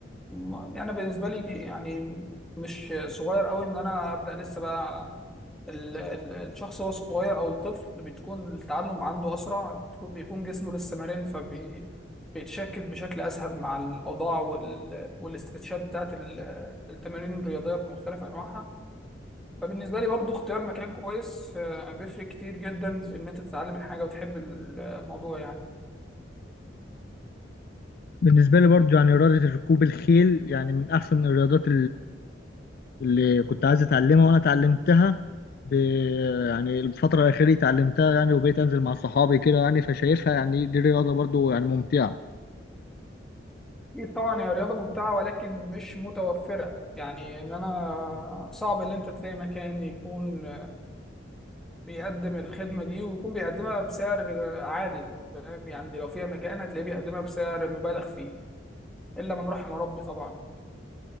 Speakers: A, in the centre; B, on the left.
A: م- يعني بالنسبه لي يعني مش صغير قوي ان انا ابدا لسه بقى ال- ال- الشخص وهو صغير او الطفل بتكون التعلم عنده اسرع بتكون بيكون جسمه لسه مرن فبيتشكل بشكل اسهل مع الاوضاع وال... والاسترتشات بتاعت ال- التمارين الرياضيه بمختلف انواعها فبالنسبه لي برضو اختيار مكان كويس آه، بيفرق كتير جدا في ان انت تتعلم الحاجه وتحب الموضوع يعني
B: بالنسبة لي برضو يعني رياضة ركوب الخيل يعني من أحسن الرياضات اللي كنت عايز اتعلمها وانا اتعلمتها ب... يعني الفترة الأخيرة اتعلمتها يعني وبقيت أنزل مع صحابي كده يعني فشايفها يعني دي رياضة برضو يعني ممتعة
A: اكيد طبعا هي رياضه ممتعه ولكن مش متوفره يعني ان انا صعب ان انت تلاقي مكان يكون بيقدم الخدمة دي ويكون بيقدمها بسعر عادل فاهم يعني لو فيها مكان هتلاقيه بيقدمها بسعر مبالغ فيه إلا من رحم ربي طبعا